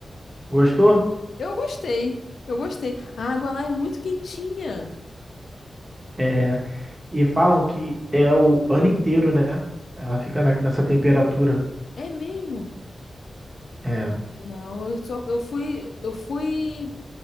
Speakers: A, on the right (about 20°); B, on the left (about 75°).
A: Gostou?
B: Eu gostei, eu gostei. A água lá é muito quentinha,
A: É, e falam que é o ano inteiro, né? Ela fica na- nessa temperatura.
B: é mesmo?
A: É,
B: Não, eu só, eu fui, eu fui